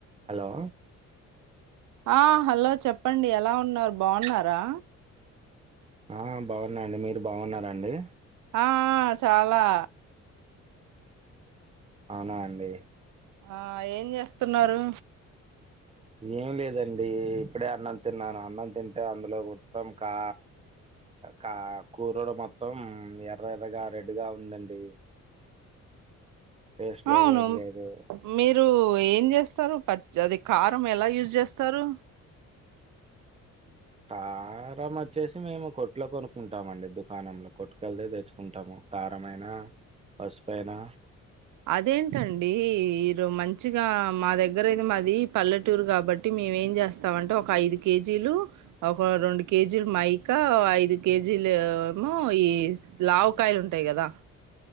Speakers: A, on the right; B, on the right.
A: హలో
B: ఆ హలో చెప్పండి ఎలా ఉన్నారు బాగున్నారా
A: ఆ బాగున్నాండి మీరు బాగున్నారండి
B: ఆ చాలా
A: అవునా అండి
B: ఆ ఏం చేస్తున్నారు
A: ఏం లేదండి ఇప్పుడే అన్నం తిన్నాను అన్నం తింటే అందులో మొత్తం కా కా కూరడు మొత్తం ఎర్ర ఎర్రగా రెడ్గా ఉందండి టేస్ట్ లేదు
B: అవును
A: ఏం
B: మీరు
A: లేదు
B: మీరు ఏం చేస్తారు ప అది కారం ఎలా యూజ్ చేస్తారు
A: కారం వచ్చేసి మేము కొట్లో కొనుక్కుంటామ అండి దుకాణంలో కొట్టుకుెళ్తే తెచ్చుకుంటాము కారంమయినా పసు అయినా
B: అదేంటండి ఈరో మంచిగా మా దగ్గరయితే మాది పల్లెటూరు కాబట్టి మేము ఏం చేస్తామంటే ఒక ఐదు కేజీలు ఒక రెండు కేజీలు మైకా ఐదు కేజీలు ఏమో ఈ లావకాయలు ఉంటాయి కదా